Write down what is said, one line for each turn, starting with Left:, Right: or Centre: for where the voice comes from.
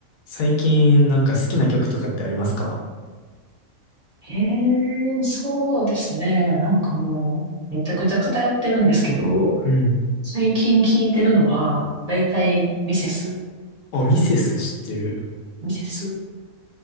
Left: 最近なんか好きな曲とかってありますか
Right: へえ、そうですね。なんかもう、めちゃくちゃ偏ってるんですけど、
Left: うん。
Right: 最近聞いてるのは、だいたいミセス、
Left: あ、ミセス知ってる。
Right: ミセス、